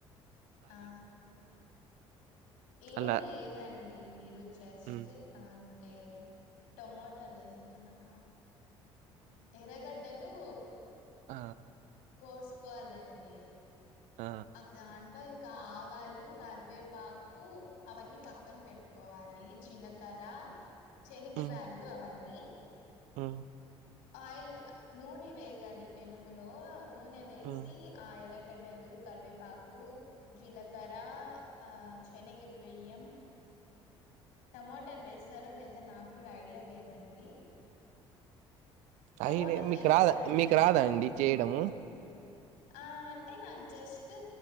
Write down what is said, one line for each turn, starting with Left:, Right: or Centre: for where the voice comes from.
Left: ఆ ఏం
Right: అలా
Left: లేదండి. మీరు జస్ట్
Right: హ్మ్.
Left: అ అంటే టమాటలే హే కాదు ఆ ఎరగడ్డ హలో
Right: ఆ
Left: కోసుకోవాలండి.
Right: ఆ
Left: దాంట్లో ఇంకా ఆవాలు, కరివేపాకు అవన్నీ పక్కన పెట్టుకోవాలి. జీలకర్ర శనగి
Right: హ్మ్.
Left: బ్యాల్లు అవన్నీ
Right: హ్మ్
Left: ఆయిల్ నూనె వేయాలి. పెనుములో నూనె వేసి
Right: హ్మ్.
Left: ఆ ఎర గడ్డలు, కరివేపాకు కు జీలకరా, శెనగబియ్యం టమాటాలు వేస్తారో లేదా నాకు కూడా ఐడియా లేదండి. టమోటాలు
Right: అయినే మీకు
Left: వేస్తారా
Right: రాదా
Left: అండి?
Right: మీకు రాదా అండి చేయడము.
Left: ఆ అంటే నాకు జస్ట్